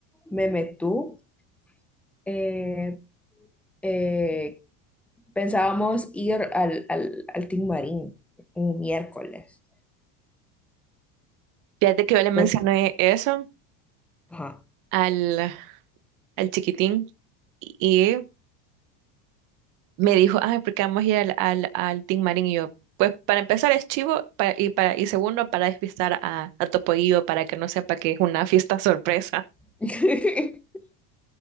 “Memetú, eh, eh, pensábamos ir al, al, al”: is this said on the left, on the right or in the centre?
Centre